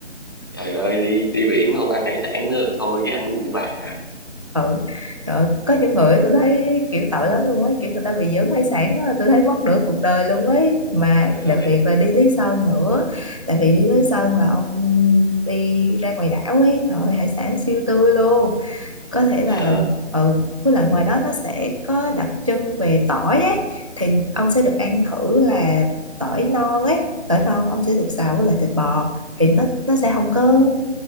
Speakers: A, on the left; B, on the right.
A: Trời ơi đi đi biển không ăn hải sản nữa rồi, thôi chứ ăn gì nữa bà.
B: Ừ. Trời ơi, có những người tôi thấy kiểu tội lắm luôn ấy, kiểu người ta bị dưỡng hải sản đó, tôi thấy mất nửa cuộc đời luôn ấy. Mà
A: Trời
B: đặc
A: ơi,
B: biệt là đi Lý Sơn nữa, tại vì đi Lý Sơn là ông đi ra ngoài đảo ấy, trời ơi, hải sản siêu tươi luôn. Có thể
A: nghe
B: là
A: hả?
B: ừ, với lại ngoài đó nó sẽ có đặc trưng về tỏi ấy, thì ông sẽ được ăn thử là tỏi non ấy, tỏi non ông sẽ được xào với lại thịt bò thì nó nó sẽ không có